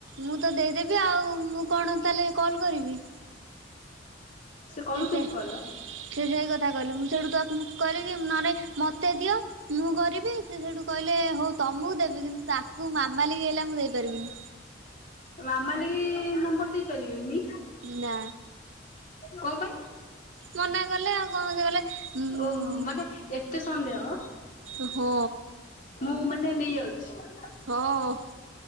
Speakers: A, on the right; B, on the left.
A: ମୁଁ ତ ଦେଇଦେବି ଆଉ ମୁଁ କଣ ତାହେଲେ କଲ୍ କରିବି।
B: କରୁଛନ୍ତି
A: ସେ ସେ ସେ
B: କଲ
A: ସେଇ କଥା କହିଲେ ମୁଁ ସେଇଠୁ ତୁକୁ କହିଲି ନନେ ମୋତେ ଦିଅ? ମୁଁ କରିବି ସେ ସେଇଠୁ କହିଲେ ହଉ ତମକୁ ଦେବି କିନ୍ତୁ ତାଙ୍କୁ ମାମାଲି କି ହେଲା ମୁଁ ଦେଇ ପାରିବିନି।
B: ମାମାଲି କି ନମ୍ବର ଦେଇପାରିବେନି।
A: ନା।।
B: କଣ ପାଇଁ?
A: ମନା କଲେ ଆଉ କଣ ସେ ଉଁ
B: ଓହୋ
A: ଉଁ।
B: ମାନେ ଏତେ ସନ୍ଦେହ?
A: ଓ ହୋ।
B: ମୁଁ ମାନେ ନେଇଯାଉଛି?
A: ହଁ।